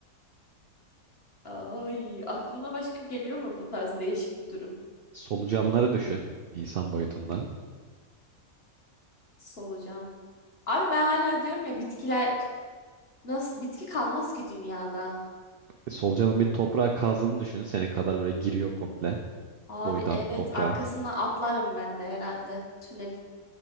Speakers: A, on the left (about 45°); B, on the right (about 75°).
A: Ay, aklına başka geliyor mu bu tarz değişik bir durum?
B: solucanları düşün insan boyutunda.
A: Solucan. Abi ben hala diyorum ya bitkiler nasıl bitki kalmaz ki dünyada.
B: E, solucanın bir toprağa kazdığını düşün. Senin kadar böyle giriyor komple
A: Abi
B: boydan
A: evet
B: toprağa.
A: arkasından atlarım ben de herhalde. Tünel